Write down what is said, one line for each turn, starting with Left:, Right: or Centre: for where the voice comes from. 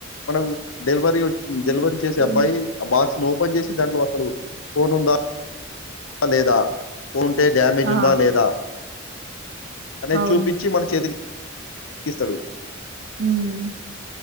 Left: మనకు డెలివరీ డెలివరీ చేసే
Right: ఉమ్,
Left: అబ్బాయి ఆ బాక్స్ అ ఓపెన్ చేసి దాంట్లో అసలు ఫోన్ ఉందా లేదా ఉంటే డ్యామేజ్
Right: ఆ
Left: ఉందా లేదా అదే
Right: అవును
Left: చూపించి మన చేతికి ఇస్తాడు
Right: హ్మ్